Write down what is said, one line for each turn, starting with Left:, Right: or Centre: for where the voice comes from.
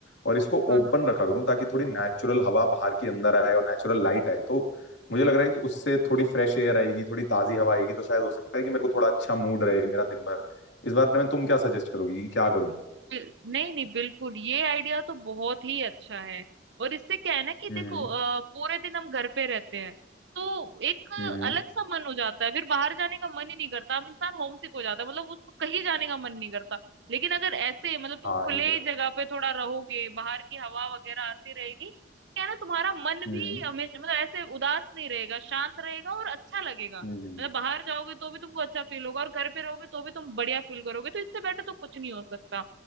Left: और इसको
Right: हाँ
Left: ओपन
Right: हाँ
Left: रखा करूँ ताकि थोड़ी नेचुरल हवा बाहर की अंदर आए और नेचुरल लाइट आए तो मुझे लग रहा है कि उससे थोड़ी फ्रेश एयर आएगी थोड़ी ताजी हवा आएगी तो शायद हो सकता है कि मेरे को थोड़ा अच्छा मूड रहे मेरा दिन भर इस बारे में तुम क्या सजेस्ट करोगी कि क्या करूँ
Right: बिल- नहीं नहीं बिल्कुल ये आइडिया तो बहुत ही अच्छा है और इससे क्या है ना कि
Left: हम्म
Right: देखो अ, पूरे दिन हम घर पे रहते हैं तो एक
Left: हम्म
Right: अलग सा मन हो जाता है फिर बाहर जाने का मन ही नहीं करता हम इंसान होमसिक हो जाता है मतलब उसको कहीं जाने का मन नहीं करता लेकिन अगर ऐसे मतलब तुम
Left: हाँ
Right: खुले
Left: ये तो है
Right: जगह पे थोड़ा रहोगे बाहर की हवा वगैरह आती रहेगी क्या है ना तुम्हारा मन
Left: हम्म
Right: भी हमेशा मतलब ऐसे उदास नहीं रहेगा शांत रहेगा और अच्छा लगेगा मतलब
Left: हम्म हम्म,
Right: बाहर जाओगे तो भी तुमको अच्छा फील होगा और घर पे रहोगे तो भी तुम बढ़िया फील करोगे तो इससे बेटर तो कुछ नहीं हो सकता